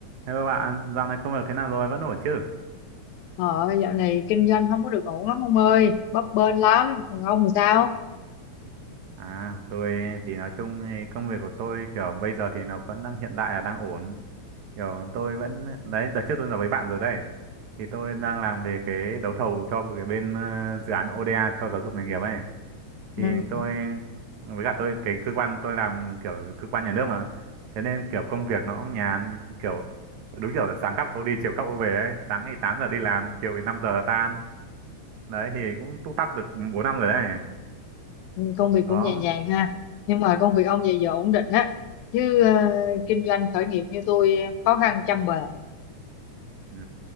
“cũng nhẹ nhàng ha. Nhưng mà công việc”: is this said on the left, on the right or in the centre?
Left